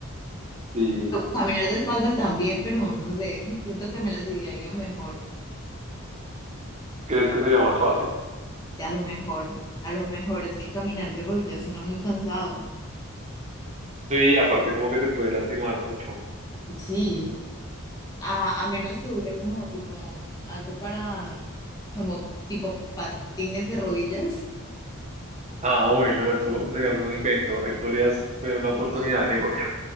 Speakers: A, on the right; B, on the left.
A: ¿Y
B: Caminar de espaldas también, pero no sé, siento que me las idearía mejor.
A: crees que sería más fácil?
B: Sí, a lo mejor, a lo mejor es que caminar de rodillas suena muy cansado.
A: Sí, aparte como que te puede lastimar mucho.
B: Sí, a, a menos que use como tipo un- algo para, como tipo patines de rodillas.
A: Ah, bueno, eso sería un nuevo invento. Ahí podrías ver una
B: <laughs>
A: oportunidad
B: Sí,
A: de negocio.